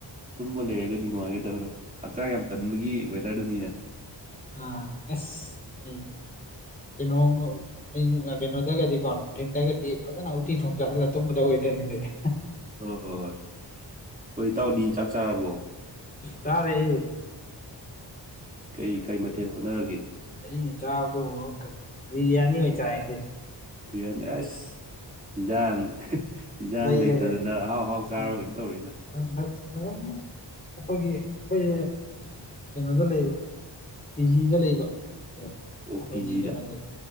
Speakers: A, on the right; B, on the left.
A: ꯇꯨꯝꯕ ꯂꯩꯔꯒꯗꯤ ꯅꯨꯡꯉꯥꯏꯒꯗꯕꯗꯣ ꯍꯛꯆꯥꯡ ꯌꯥꯝ ꯇꯟꯕꯒꯤ ꯋꯦꯗꯔꯗꯨꯅꯤꯅꯦ
B: ꯑ ꯑꯁ ꯑꯦ ꯀꯩꯅꯣꯝꯃ ꯎ ꯑꯩ ꯀꯩꯅꯣꯗꯒꯗꯤꯀꯣ ꯅꯨꯡꯊꯤꯟꯗꯒꯗꯤ ꯐꯖꯅ ꯎꯠꯇꯤ ꯊꯣꯡ ꯆꯈꯠꯂꯥ ꯇꯨꯝꯒꯗꯨꯕ ꯋꯦꯗ꯭ꯔꯅꯤ ꯑꯗꯨꯗꯤ
A: ꯑꯣ ꯍꯣꯏ ꯍꯣꯏ ꯑꯩꯈꫭꯏ ꯏꯇꯥꯎꯗꯤ ꯆꯥꯛ ꯆꯥꯔꯕꯣ
B: ꯇꯥꯔꯦ ꯑꯩꯏꯕꯨꯗꯤ
A: ꯀꯩ ꯀꯩ ꯃꯊꯦꯜ ꯍꯣꯠꯅꯔꯒꯦ
B: ꯑꯩꯅ ꯆꯥꯕꯗꯨꯕꯨ ꯀꯩꯅꫭ ꯕꯤꯔꯌꯥꯅꯤ ꯑꯣꯏ ꯆꯥꯏ ꯉꯁꯤꯗꯤ
A: ꯕꯤꯔꯌꯥꯅꯤ ꯑꯁ ꯏꯟꯖꯥꯡ ꯌꯦꯟꯖꯥꯡ
B: ꯂꯩꯔꯒ
A: ꯂꯩꯇꯗꯅ ꯑꯍꯥꯎ ꯑꯍꯥꯎ ꯆꯥꯔꯕꯔ
B: ꯎꯝ
A: ꯀꯩꯅꫭꯝꯃ ꯇꯧꯔꯤꯗ
B: <unintelligible> ꯑꯗꯨꯝ ꯑꯩꯈꯣꯏꯒꯤ ꯑꯩꯈꯣꯏꯁꯦ ꯀꯩꯅꯣꯗꯥ ꯂꯩꯕ ꯄꯤꯖꯤꯗꯥ ꯂꯩꯕ ꯑ ꯑꯩꯈꯣꯏꯒꯤ
A: ꯑꯣ ꯄꯤ ꯖꯤꯗ
B: ꯀꯩꯅꯣꯗꫭ